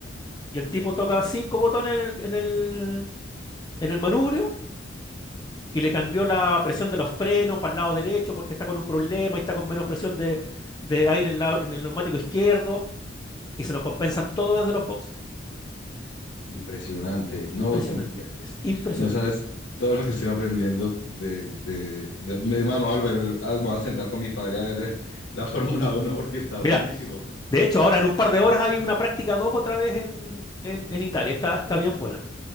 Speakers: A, on the left; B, on the left.
A: Y el tipo toca cinco botones en el, en el, en el manubrio y le cambió la presión de los frenos para el lado derecho porque está con un problema y está con menos presión de, de aire en, la- en el neumático izquierdo. Y se lo compensan todo desde los box.
B: Impresionante.
A: Impresionante,
B: No, se-
A: es impresionante.
B: no sabes todo lo que estoy aprendiendo de, de, de- Es más, me voy a volver, a- me voy a sentar con mi padre a ver <laughs> la Fórmula Uno porque está
A: Mira,
B: buenísimo.
A: De hecho, ahora en un par de horas hay una práctica 2 otra vez en, en, en Italia. Está, está bien buena,